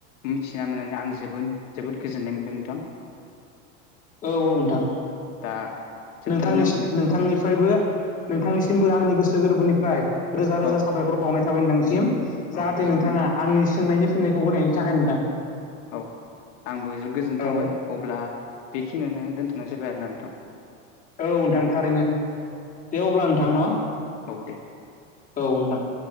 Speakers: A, on the left; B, on the left.
A: मिथिना मोननानै आं जजोबोद गोजोननाय मोनदों नोंथां
B: औ - औ नोंथां
A: दा जोबथारनायावनो
B: नोंथांनिसि नोंथांनिफ्रायबो नोंथांनिसिमबो आंनि गोसो गोरबोनिफ्राय रोजा रोजा
A: औ
B: साबायखर बावनाय थाबाय नोंथांसिम
A: औ
B: जाहाथे
A: गोजोन्थों
B: नोंथांङा
A: नोंथां
B: आंनि सोंनायनि फिननायखौ होनायनि थाखाय नोंथां
A: औ आंबो गोजोन
B: औ
A: थांबाय अब्ला बेखिनियावनो दोनथ'नाय जाबाय आरोना नोंथां
B: औ नोंथां थारैनो दे अब्ला नोंथां न
A: औ दे
B: औ नोंथां